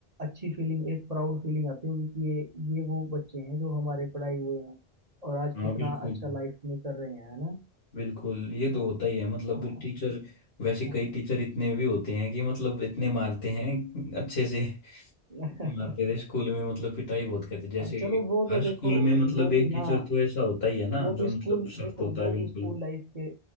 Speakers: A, on the right (about 40°); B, on the left (about 70°).
A: अच्छी फीलिंग एक प्राउड फीलिंग आती होगी कि ये ये वो बच्चे हैं जो हमारे पढ़ाई हुए हैं और आज
B: हाँ
A: कितना
B: बिल्कुल
A: अच्छा लाइफ में कर रहे हैं है ना
B: बिल्कुल ये तो होता ही है मतलब
A: हाँ,
B: टीचर वैसे
A: हाँ।
B: कई टीचर इतने भी होते हैं कि मतलब इतने मारते हैं अच्छे से
A: <laughs>
B: मारते थे स्कूल में मतलब पिटाई बहुत करते जैसे
A: चलो वो
B: हर
A: तो देखो
B: स्कूल में मतलब
A: वो
B: एक
A: भी
B: टीचर
A: ना
B: तो ऐसा होता ही है ना
A: वो भी
B: जो मतलब
A: स्कूल
B: सख्त
A: देखो
B: होता
A: वो
B: है बिल्कुल
A: भी स्कूल लाइफ के